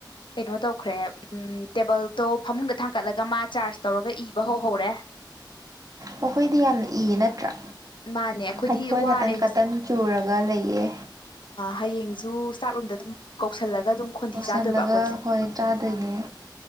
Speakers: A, on the left; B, on the right.
A: ꯀꯩꯅꯣ ꯇꯧꯈ꯭ꯔꯦ ꯎ ꯇꯦꯕꯜꯗꯣ ꯐꯃꯨꯡꯗ ꯊꯥꯡꯒꯠꯂꯒ ꯃꯥ ꯆꯥꯔꯖ ꯇꯧꯔꯒ ꯏꯕꯍꯧ ꯍꯧꯔꯦ
B: ꯃꯈꯣꯏꯗꯤ ꯌꯥꯝꯅ ꯏꯌꯦ ꯅꯠꯇ꯭ꯔꯥ
A: ꯃꯥꯅꯦ ꯑꯩꯈꯣꯏꯗꯤ
B: ꯑꯩꯈꯣꯏ
A: ꯋꯥꯔꯦ
B: ꯈꯇꯪ
A: ꯍꯧꯖꯤꯛ
B: ꯀꯇꯟ ꯆꯨꯔꯒ ꯂꯩꯌꯦ꯫
A: ꯍꯌꯦꯡꯁꯨ ꯆꯥꯛꯂꯣꯝꯗ ꯑꯗꯨꯝ ꯀꯧꯁꯜꯂꯒ ꯑꯗꯨꯝ ꯈꯣꯟꯊꯤ
B: ꯌꯥꯧꯁꯜꯂꯒ
A: ꯆꯥꯗꯣꯏꯕ ꯑꯩꯈꯣꯏꯁꯦ
B: ꯍꯣꯏ ꯆꯥꯗꯣꯏꯅꯦ